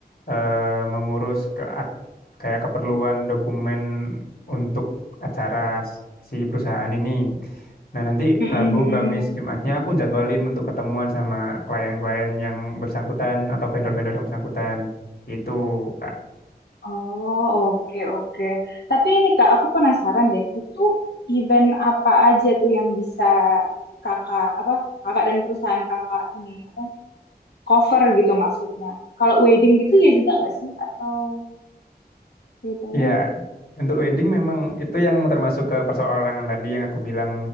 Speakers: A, on the left; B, on the left.
A: eh, mengurus ke at- kayak keperluan dokumen untuk acara s- si perusahaan ini. Nah, nanti
B: Mm-mm,
A: Rabu,
B: mm-mm.
A: Kamis, Jumatnya aku jadwalin untuk ketemuan sama klien-klien yang bersangkutan atau vendor-vendor yang bersangkutan. Gitu, Kak.
B: Oh, oke, oke. Tapi ini Kak, aku penasaran deh, itu event apa aja tuh yang bisa kakak, apa, kakak dan perusahaan kakak ini, apa, cover gitu maksudnya. Kalau wedding gitu ya juga nggak sih? Atau beda lagi?
A: Ya, untuk wedding memang itu yang termasuk ke perseorangan tadi yang aku bilang